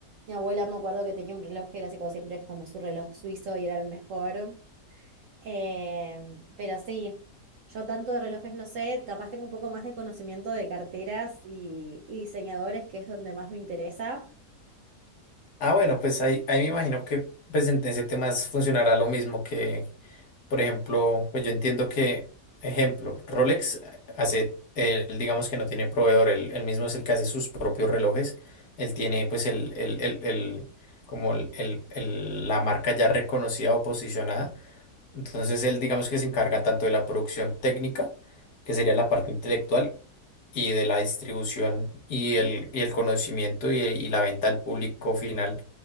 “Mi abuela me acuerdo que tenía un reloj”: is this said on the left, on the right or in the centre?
Right